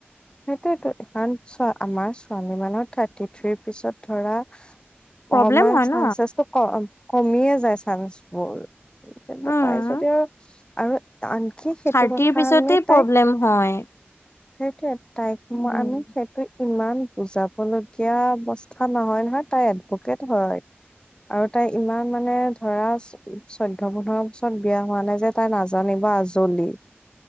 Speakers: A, on the left; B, on the left.
A: সেইটোৱেটো এইখন ছোঁ আমাৰ ছোৱালী মানৰ থাৰ্টি থ্ৰীৰ পিছত ধৰা
B: <inaudible>
A: অহমান
B: হয়
A: চানচ
B: ন
A: আছে। কম কমিয়ে যায় চান্সবোৰ কিন্তু
B: উম
A: তাই যদিও আৰু আনকি সেইটো
B: থাৰ্টিৰ
A: কথা
B: পিছতে
A: আমি তাইক
B: প্ৰব্লেম হয়।
A: সেইটোৱে তাইক
B: উম,
A: আমি সেইটো ইমান বুজাবলগীয়া অৱস্থা নহয় নহয় তাই এডভকেট হয়। আৰু তাই ইমান মানে ধৰা চৈ চৈধ্য - পোন্ধৰ বছৰত বিয়া হোৱা নাই যে তাই নাজানিব আজলি